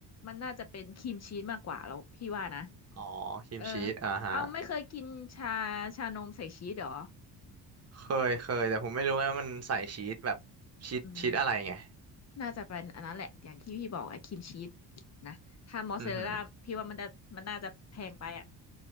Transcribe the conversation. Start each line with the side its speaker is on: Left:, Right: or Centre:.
Left: มันน่าจะเป็นครีมชีสมากกว่าแล้วพี่ว่านะ
Right: อ๋อครีมชีสอ่าฮะ
Left: เออเอาไม่เคยกินชาชานมใส่ชีสเหรอ
Right: เคยเคยแต่ผมไม่รู้ว่ามันใส่ชีสแบบชีสชีสอะไรไง
Left: อืมน่าจะเป็นอันนั้นแหละอย่างที่พี่บอกไอ้ครีมชีสนะถ้ามอสซาเรลล่าพี่ว่ามันจะมันน่าจะแพงไปอะ
Right: อือหือ